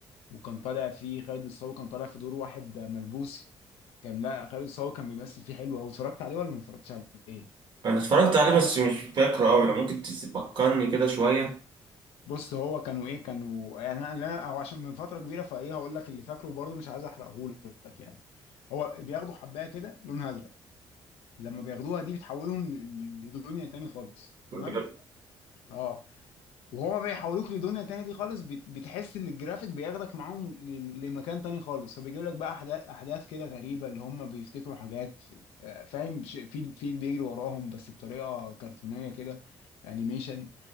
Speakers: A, on the left; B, on the right.
A: وكان طالع فيه خالد الصاوي كان طالع في دور واحد ملبوس كان لا خالد الصاوي كان بيمثل فيه حلو أوي اتفرجت عليه ولا ما اتفرجتش عليه؟
B: انا اتفرجت عليه بس مش فاكره أوي لو ممكن تفكرني كده شوية
A: بص هو كانوا ايه كانوا يعني انا أنا- او عشان من فتره كبيره فايه هقول لك اللي فاكره برضه مش عايز احرقه لك يعني هو بياخدوا حبايه كده لونها ازرق لما بياخدوها دي بتحولهم ل- لدنيا تاني خالص
B: بجد
A: تمام اه وهو بيحولوك لدنيا تانية دي خالص بت- بتحس ان الجرافيك بياخدك معاهم ل- لمكان تاني خالص فبيجيب لك بقى احداث احداث كده غريبة اللي هم بيفتكروا حاجات آه، فاهم ش- في في بيجري وراهم بس بطريقة كرتونية كده انيميشن